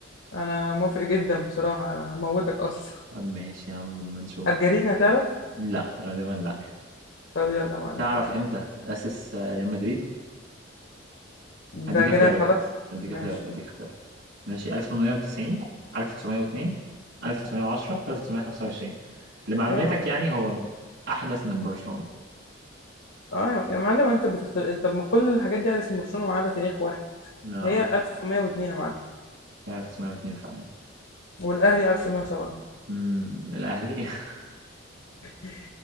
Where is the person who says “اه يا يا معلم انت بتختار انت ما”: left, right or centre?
Left